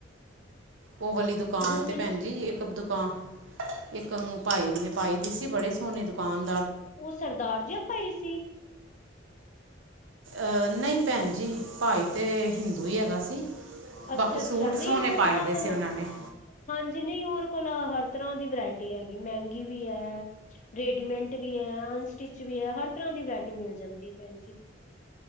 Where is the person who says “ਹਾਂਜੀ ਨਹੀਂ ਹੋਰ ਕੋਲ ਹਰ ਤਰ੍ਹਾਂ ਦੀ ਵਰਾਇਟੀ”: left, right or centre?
Left